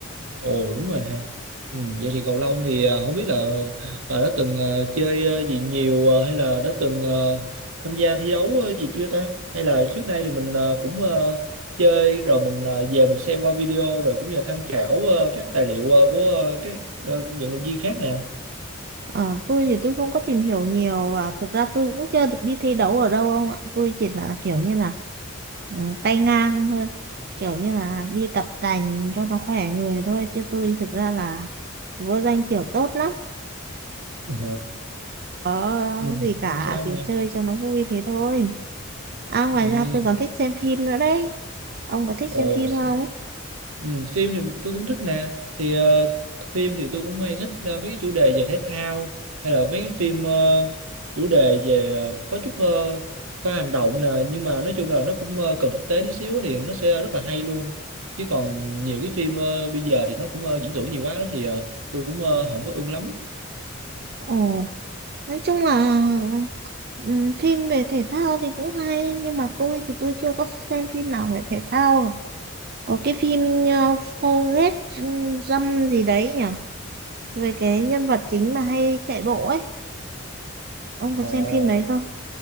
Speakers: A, on the right; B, on the right.
A: Ồ đúng rồi ha ừ, Vậy thì cầu lông thì ờ, không biết là Bà đã từng ờ, chơi ờ, gì nhiều ờ, Hay là đã từng ờ, tham gia thi đấu ờ, gì chưa ta Hay là trước đây thì mình ờ, cũng ờ, chơi Rồi mình ờ, về mình xem qua video Rồi cũng như là tham khảo ờ, các tài liệu ờ, của ờ, các ờ, vận động viên khác nè
B: Ờ, tôi thì tôi không có tìm hiểu nhiều và thực ra tôi cũng chưa được đi thi đấu ở đâu ông ạ. Tôi chỉ là kiểu như là ờ, tay ngang thôi. Kiểu như là đi tập tành cho nó khỏe người thôi. Chứ tôi thực ra là vô danh tiểu tốt lắm.
A: Ờ.
B: Có
A: Ừ,
B: gì cả
A: không sao nè.
B: kiểu chơi cho nó vui thế thôi. À ngoài
A: Ừ.
B: ra tôi còn thích xem phim nữa đấy. Ông có thích
A: Ồ,
B: xem phim không?
A: sao- ừ, phim thì tôi cũng thích nè. Thì ờ, phim thì tôi cũng hay thích ờ, mấy cái chủ đề về thể thao hay là mấy cái phim ờ, chủ đề về ờ, có chút ờ, pha hành động nè, nhưng mà nói chung là nó cũng ờ, cần thực tế tí xíu thì nó sẽ rất là hay luôn. Chứ còn nhiều cái phim ờ, bây giờ thì nó cũng ờ, diễn tưởng nhiều quá đó thì ờ, tôi cũng ờ, không có ưng lắm.
B: Ồ, nói chung là Ừm, phim về thể thao thì cũng hay nhưng mà tôi thì tôi chưa có xem phim nào về thể thao cả. Có cái phim uh, Forrest ừm, Gump gì đấy nhỉ? Về cái nhân vật chính mà hay chạy bộ ấy. Ông có
A: Ồ.
B: xem phim đấy không?